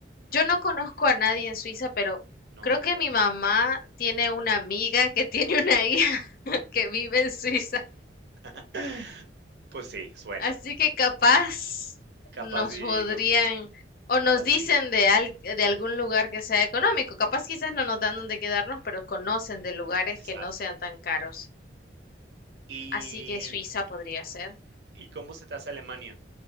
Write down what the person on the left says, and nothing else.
Yo no conozco a nadie en Suiza, pero
creo
que
mi mamá tiene una amiga que <laughs> tiene una hija <laughs> que vive en Suiza.
Así que capaz
nos
podrían
o
nos
dicen de, al- de algún lugar que sea económico. Capaz quizás no nos dan donde quedarnos, pero conocen de lugares
que no sean tan caros.
Así que Suiza podría ser.